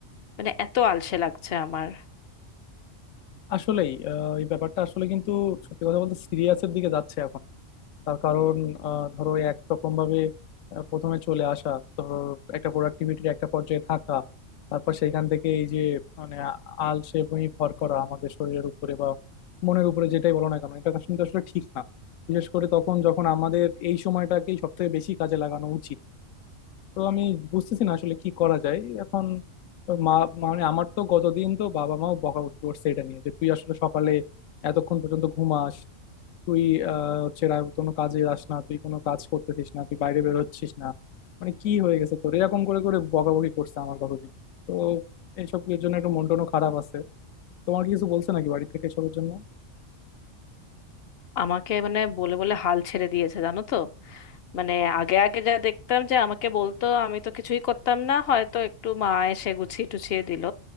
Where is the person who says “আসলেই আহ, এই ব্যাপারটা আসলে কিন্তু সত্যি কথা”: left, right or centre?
Left